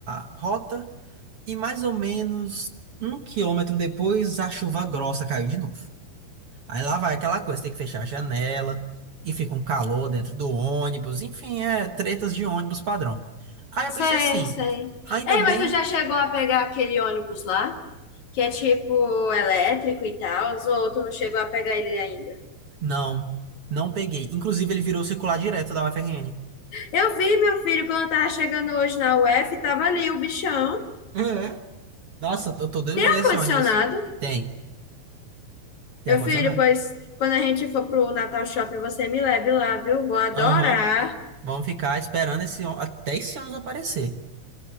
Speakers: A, on the right; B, on the left.
A: a rota, e mais ou menos um quilômetro depois a chuva grossa caiu de novo. Aí lá vai aquela coisa, tem que fechar a janela, e fica um calor dentro do ônibus, enfim, é tretas de ônibus padrão. Aí
B: Sei,
A: eu pensei assim,
B: sei.
A: ainda
B: Ei,
A: bem,
B: mas tu já chegou a pegar aquele ônibus lá? Que é tipo elétrico e tal, ou tu não chegou a pegar ele ainda?
A: não, não peguei. Inclusive ele virou circular direto da UFRN.
B: Eu vi, meu filho, quando eu tava chegando hoje na UF, tava ali o bichão.
A: É. Nossa, eu tô doido
B: Tem
A: pra pegar
B: ar-condicionado?
A: esse ônibus. Tem, tem
B: Meu
A: ar-condicionado.
B: filho, pois quando a gente for pro Natal Shopping, você me leve lá, viu? Vou adorar.
A: Aham. Vamos ficar esperando esse, on- até esse ônibus aparecer.